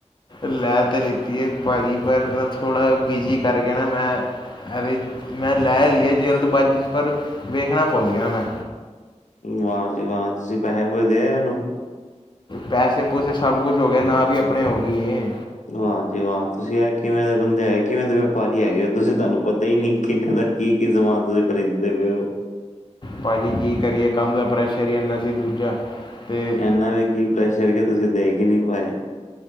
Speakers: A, on the left; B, on the left.
A: ਲੈ ਤਾਂ ਲਿੱਤੀ ਹੈ। ਭਾਜੀ ਪਰ ਨਾ ਥੋੜ੍ਹਾ ਬਿਜ਼ੀ ਕਰਕੇ ਨਾ ਮੈਂ। ਅਰੇ ਮੈਂ ਲੈ ਲਈਏ ਜਲਦਬਾਜ਼ੀ ਚ ਪਰ ਵੇਖਣਾ ਭੁੱਲ ਗਿਆ ਮੈਂ।
B: ਵਾਹ ਜੀ ਵਾਹ! ਤੁਸੀਂ ਪੈਸੇ ਪੂਸੇ ਦੇ ਆਏ ਉਹਨੂੰ।
A: ਪੈਸੇ ਪੂਸੇ ਸਭ ਕੁਛ ਹੋ ਗਿਆ ਨਾਂ ਵੀ ਆਪਣੇ ਹੋ ਗਈ ਇਹ
B: ਵਾਹ ਜੀ ਵਾਹ ਤੁਸੀਂ ਆ ਕਿਵੇਂ ਦੇ ਬੰਦੇ ਹੈਗੇ। ਕਿਵੇਂ ਦੇ ਵਪਾਰੀ ਹੈਗੇ ਹੋ। ਤੁਸੀਂ ਤੁਹਾਨੂੰ ਪਤਾ ਹੀ ਨਹੀਂ। ਕਿੰਨੇ ਦਾ ਕੀ-ਕੀ ਸਮਾਨ ਤੁਸੀਂ ਖਰੀਦਦੇ ਪਏ ਹੋ।
A: ਭਾਜੀ ਕੀ ਕਰੀਏ ਕੰਮ ਦਾ ਪ੍ਰੈਸ਼ਰ ਹੀ ਇੰਨਾ ਸੀ ਦੂਜਾ ਤੇ
B: ਇੰਨਾ ਵੀ ਕੀ ਪ੍ਰੈਸ਼ਰ ਕਿ ਤੁਸੀਂ ਦੇਖ ਹੀ ਨਹੀਂ ਪਾਏ।